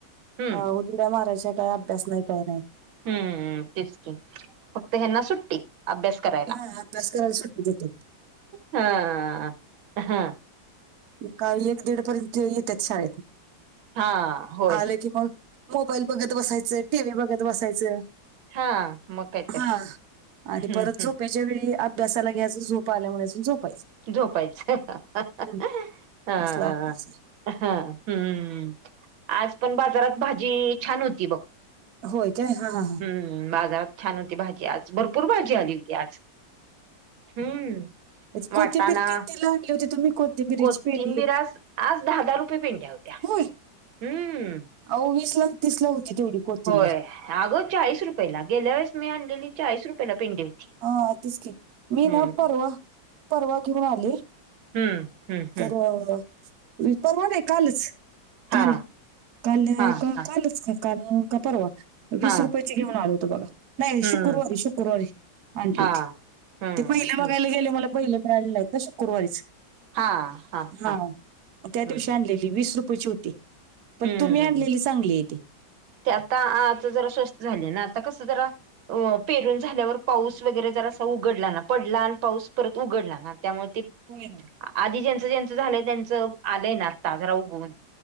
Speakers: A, on the right (about 90°); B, on the right (about 60°).
A: हम्म
B: अहो उड्या मारायच्या, काय अभ्यास नाही काय नाही
A: हम्म, तेच की फक्त ह्यांना सुट्टी अभ्यास करायला
B: हा अभ्यास करायला सुट्टी देतात
A: हा, ह.
B: का एक दीड पर्यंत येत्यात शाळेतन,
A: हा होय
B: आलं की मग मोबाईल बघत बसायचं, टी व्ही बघत बसायचं.
A: हा मग काय तर
B: हा, आणि
A: हम्म
B: परत
A: हम्म
B: झोपेच्या वेळी आब भ्यासाला घ्यायचं झोप आलावयाच झोपायचं.
A: झोपायचं, हा.
B: हम्म.
A: हा,
B: असला अभ्यास आहे
A: हम्म, आज पण बाजारात भाजी छान होती बघ.
B: होय काय हा हा. हा
A: हम्म बाजारात छान होती भाजी आज. भरपूर भाजी आली होती आज, हम्म.
B: अच
A: वाटाणा
B: कोथिंबीर कितीला आणली होती तुम्ही कोथिंबीरीची
A: कोथिंबीर
B: पिंडी एक?
A: आज आज दहा दहा रुपये पेंड्या होत्या
B: होय.
A: हम्म.
B: आहो वीसला तीसला होती तेवढी. कोथिंबीर.
A: होय अगं चाळीस रुपयेला गेल्या वेळेस मी आणलेली चाळीस रुपयाेला पिंडी होती.
B: हा तेच की, मी
A: हम्म
B: ना परवा, परवा घेऊन आले.
A: हम्म हम्म हम्म
B: तर अ, परवा नाही कालच.
A: हा
B: काल, काल
A: हा
B: का
A: हा
B: कालच काल का परवा, वीस
A: हा
B: रुपये ची घेऊन आल होत बघा, नाही
A: हम्म
B: शुक्रवारी शुक्रवारी. आणली
A: हा.
B: होती,
A: हम्म
B: ते बैल बघायला
A: हम्म
B: गेले मला बैल मिळाली नाहित न शुक्रवारीच.
A: हा, हा,
B: हां,
A: हा.
B: त्या
A: हम्म
B: दिवशी आणलेली वीस रुपयाेची होती, पण
A: हम्म.
B: तुम्ही आणलेली चांगली आहे ती.
A: ते आता आज जरा स्वस्त झाली ना आता कसं जरा अ पेरून झाल्यावर पाऊस वगैरे जरासा उघडला ना पडला अन पाऊस परत उघडला ना त्यामुळे ते
B: होय <unintelligible>
A: आधी ज्यांच ज्यांच झालय त्यांच आलय ना आता जरा उगवून.